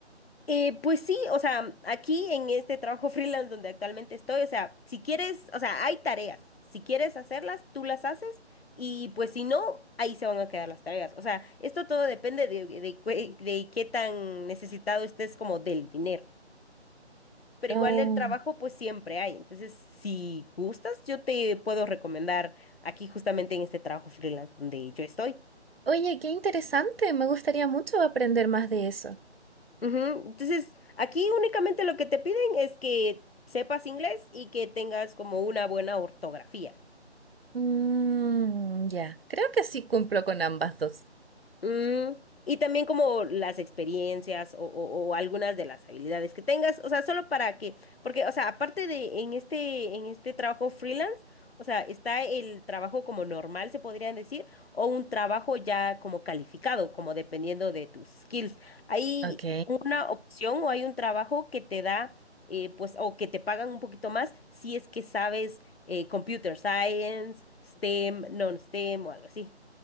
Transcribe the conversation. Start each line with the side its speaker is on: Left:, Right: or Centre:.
Left: Eh, pues sí, o sea, aquí en este trabajo freelance donde actualmente estoy, o sea, si quieres, o sea, hay tareas. Si quieres hacerlas, tú las haces y pues si no, ahí se van a quedar las tareas. O sea, esto todo depende de, de cue- de qué tan necesitado estés como del dinero. Pero
Right: Oh.
Left: igual el trabajo pues siempre hay. Entonces, si gustas, yo te puedo recomendar aquí justamente en este trabajo freelance donde yo estoy.
Right: Oye, qué interesante. Me gustaría mucho aprender más de eso.
Left: Ujú, Entonces, aquí únicamente lo que te piden es que sepas inglés y que tengas como una buena ortografía.
Right: Mm, ya, creo que sí cumplo con ambas dos.
Left: Mm, y también como las experiencias o, o- o algunas de las habilidades que tengas, o sea, solo para que, porque, o sea, aparte de en este, en este trabajo freelance, o sea, está el trabajo como normal, se podrían decir, o un trabajo ya como calificado, como dependiendo de tus skills. Hay
Right: Ok.
Left: una opción o hay un trabajo que te da, eh, pues, o que te pagan un poquito más si es que sabes eh, computer science, STEM, non-STEM o algo así.